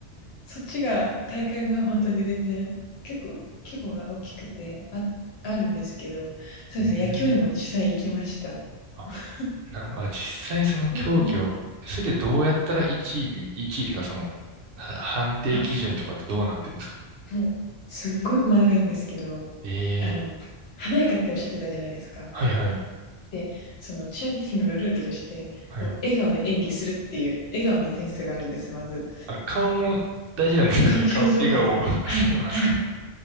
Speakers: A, on the left; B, on the right.
A: そっちが、大会が本当に全然、結構規模が大きくて、あ、あるんですけど、そうですね、
B: うー
A: 野球応援も実際行きました。
B: ん。あ、
A: <laughs>
B: な、あ、実際その競技を、
A: 両方
B: それでどうやったら1位に、1位っていうかその、は判定基準とかってどうなってるんですか
A: あ、もう、すんごい細かいんですけど、
B: ええ
A: あの、華やかっておっしゃってたじゃないですか。
B: はいはい、
A: で、そのチアリーディングのルールとして、
B: はい。
A: もう笑顔で演技するっていう笑顔の点数があるんです、まず。
B: あ、顔も大事なんですね。
A: 顔の表情からはいはい。
B: <laughs> 顔、笑顔 <laughs> あそうなんですか。